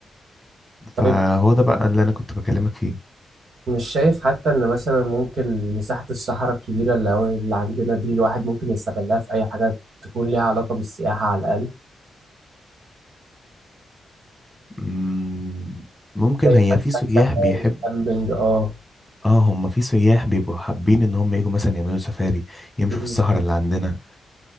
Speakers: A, in the centre; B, on the right (about 70°).
A: فهو
B: طيب
A: ده بقى اللي انا كنت بكلمك فيه
B: مش شايف حتى ان مثلا ممكن مساحه الصحراء الكبيره اللي هو- اللي عندنا دي الواحد ممكن يستغلها في اي حاجه تكون ليها علاقه بالسياحه على الاقل
A: مم، ممكن
B: زي
A: هي
B: مثلا
A: في سياح
B: سفاري
A: بيحبوا
B: كامبينج اه
A: اه هم في سياح بيبقوا حابين ان هم يجوا مثلا يعملوا سفاري يمشوا
B: امم
A: في الصحراء اللي عندنا